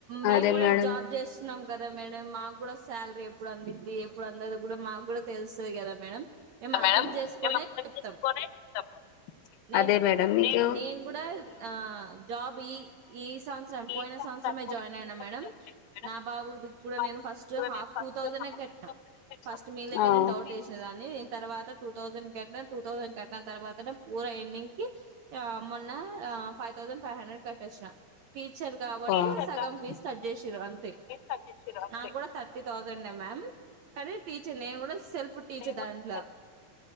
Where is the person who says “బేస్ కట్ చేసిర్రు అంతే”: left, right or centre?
Left